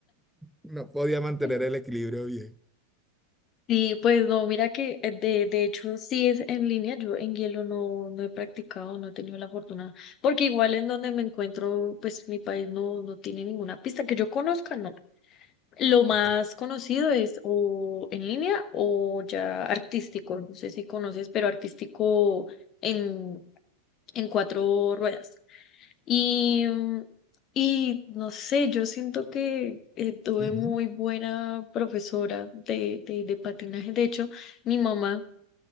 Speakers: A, in the centre; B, on the left.
A: No podía mantener
B: <laughs>
A: el equilibrio bien.
B: Sí, pues no, mira que eh, de, de hecho sí es en línea, yo en hielo no, no he practicado, no he tenido la fortuna, porque igual en donde me encuentro, pues mi país no, no tiene ninguna pista que yo conozca, no. Lo más
A: Ok.
B: conocido es o en línea o ya artístico, no sé si conoces, pero artístico en, en cuatro ruedas. Y, y no sé, yo siento que eh, tuve
A: Ujú,
B: muy buena profesora de, de, de patinaje. De hecho, mi mamá